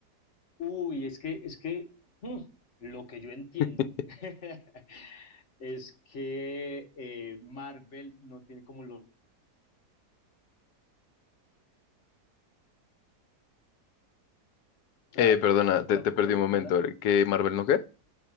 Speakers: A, on the left; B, on the left.
A: Uy, es que, es que mm, lo que yo entiendo
B: <laughs>
A: <laughs> es que eh, Marvel no tiene como lo- otra,
B: Eh, perdona,
A: otra
B: te, te perdí
A: productora,
B: un momento. ¿Qué Marvel no qué?